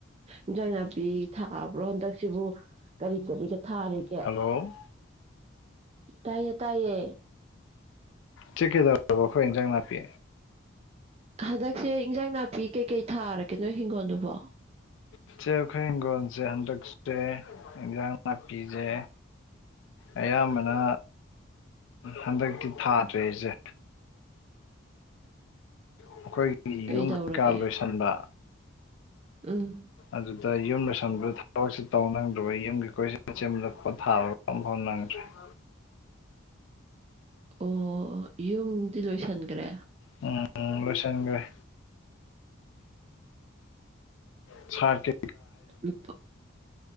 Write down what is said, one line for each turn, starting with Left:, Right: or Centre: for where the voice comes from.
Right: ꯏꯟꯖꯥꯡ ꯅꯥꯄꯤ ꯊꯥꯕ꯭ꯔꯣ ꯍꯟꯗꯛꯁꯤꯕꯨ ꯀꯔꯤ ꯀꯔꯤꯒ ꯊꯥꯔꯤꯒꯦ
Left: ꯍꯜꯂꯣ
Right: ꯇꯥꯏꯌꯦ ꯇꯥꯏꯌꯦ
Left: ꯆꯤꯛꯀꯤꯦꯗꯔꯕ ꯑꯩꯈꯣꯏꯟꯖꯪ ꯅꯥꯄꯤ
Right: ꯍꯟꯗꯛꯁꯦ ꯏꯟꯖꯥꯡ ꯅꯥꯄꯤ ꯀꯩꯀꯩ ꯊꯥꯔꯒꯦ ꯅꯣꯏ ꯍꯤꯡꯒꯣꯜꯗꯨꯕꯣ
Left: ꯏꯆꯦ ꯑꯩꯈꯣꯏ ꯍꯤꯡꯈꯣꯜꯁꯦ ꯍꯟꯗꯛꯁꯦ ꯏꯟꯁꯥꯡ ꯅꯥꯄꯤꯁꯦ ꯑꯌꯥꯝꯕꯅ ꯍꯟꯗꯛꯇꯤ ꯊꯥꯗ꯭ꯔꯦ ꯑꯩꯁꯦ ꯑꯩꯈꯣꯏꯒꯤ
Right: ꯀꯩꯗꯧꯔꯒꯦ
Left: ꯌꯨꯝ ꯀꯩꯀꯥ ꯂꯣꯏꯁꯤꯟꯕ
Right: ꯎꯝ
Left: ꯑꯗꯨꯗ ꯌꯨꯝ ꯂꯣꯏꯁꯤꯟꯕꯗ ꯊꯕꯛꯁ ꯇꯧꯅꯤꯡꯪꯗ꯭ꯔꯕ ꯌꯨꯝ ꯀꯩꯀꯣꯏꯁꯤ ꯁꯦꯝꯂꯛꯄ ꯊꯥ <unintelligible>
Right: ꯑꯣ ꯌꯨꯝꯗꯤ ꯂꯣꯏꯁꯟꯈ꯭ꯔꯦ
Left: ꯎꯝ ꯂꯣꯏꯁꯤꯟꯒ꯭ꯔꯦ ꯁꯥꯇ
Right: <unintelligible>